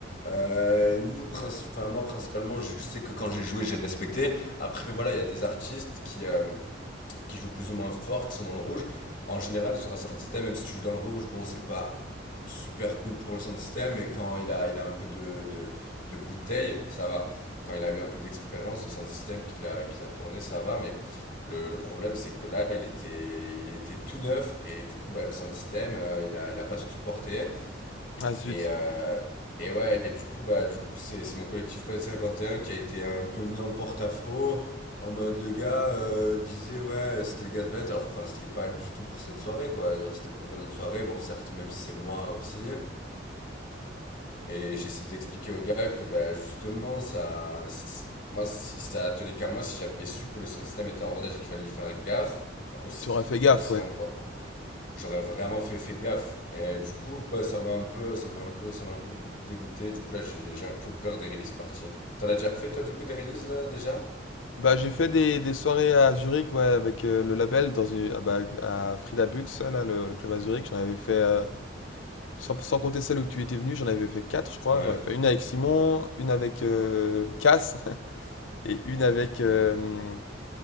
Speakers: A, on the left; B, on the left.
A: euh, nous, princi- enfin, moi principalement, je sais que quand j'ai joué, j'ai respecté. Après, voilà, il y a des artistes qui, euh, qui jouent plus ou moins fort, qui sont dans le rouge. En général, sur un sound system, même si tu joues dans le rouge, bon, c'est pas super cool pour le sound system, mais quand il a, il a un peu de, de, de bouteille, ça va. Quand il a eu un peu d'expérience, le sound system qu'il a, qu'il a tourné, ça va, mais le, le problème, c'est que là, il était, il était tout neuf, et du coup, bah, le sound system, euh, il a, il a pas supporté.
B: Ah zut.
A: Et, euh, et ouais, et du coup, bah, du coup, c'est, c'est mon collectif P S cinquante et un qui a été un peu mis en porte-à-faux. En mode, le gars euh, disait, ouais, c'est les gars de Planète, alors que enfin, c'était pas du tout pour cette soirée, quoi. cest C'était pour une autre soirée, bon, certes, même si c'est moi aussi. Et j'essaie d'expliquer au gars que, bah, justement, ça. c'est- Moi, si ça tenait qu'à moi, si j'avais su que le sound system était en rodage et qu'il fallait y faire gaffe, aussi,
B: Tu aurais fait gaffe,
A: aussi
B: ouais.
A: important. J'aurais vraiment fait, fait gaffe. Et du coup, bah, ça m'a un peu, ça m'a un peu, ça m'a un peu dégoûté. Du coup, là, j'ai j'ai un peu peur des release parties. T'en as déjà fait, toi, du coup, des releases, là, déjà?
B: Bah, j'ai fait des, des soirées à Zurich, ouais, avec euh, le label dans une, ah, bah, à Frida Bux, là, le, le club à Zurich. J'en avais fait euh, Sans, sans compter celle où tu étais venu, j'en avais fait quatre, je crois.
A: Ouais.
B: J'en avais fait une avec Simon, une avec euh, Cass, <laughs> et une avec
A: Mm.
B: euh,